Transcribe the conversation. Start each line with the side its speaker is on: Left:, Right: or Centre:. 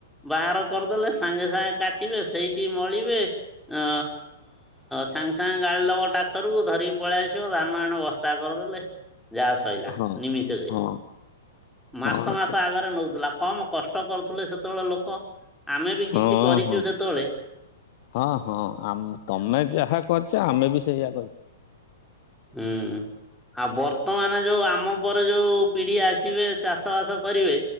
Centre: ବାହାର କରିଦେଲେ ସାଙ୍ଗେ ସାଙ୍ଗେ କାଟିବେ ସେଇଠି ମଳିବେ ଅ ସାଙ୍ଗେ ସାଙ୍ଗେ ଗାଳି ଲବ ଟ୍ରାକ୍ଟର କୁ ଧରିକି ପଳେଇ ଆସିବ ଧାନ ଏଣ ବସ୍ତା କରିଦେଲେ ଯାହା ସଇଲା
Left: ହଁ
Centre: ନିମିଷକେ
Left: ହଁ
Centre: ମାସ
Left: ହଁ
Centre: ମାସ
Left: ସେ
Centre: ଆ ଜରେ ନଉଥିଲା କମ୍ କଷ୍ଟ କରୁଥିଲେ ସେତେବେଳେ ଲୋକ। ଆମେ ବି
Left: ହଁ
Centre: କିଛି କରିଛୁ
Left: ହଁ ହଁ।
Centre: ସେତେବେଳେ
Left: ହଁ ହଁ ଆମ ତମେ ଯାହା କରିଛ ଆମେ ବି ସେଇୟା କରିଛେ
Centre: ହୁଁ। ଆଉ ବର୍ତ୍ତମାନ ଯୋଉ ଆମ ପରେ ଯୋଉ ପିଢି ଆସିବେ ଚାଷ ବାସ କରିବେ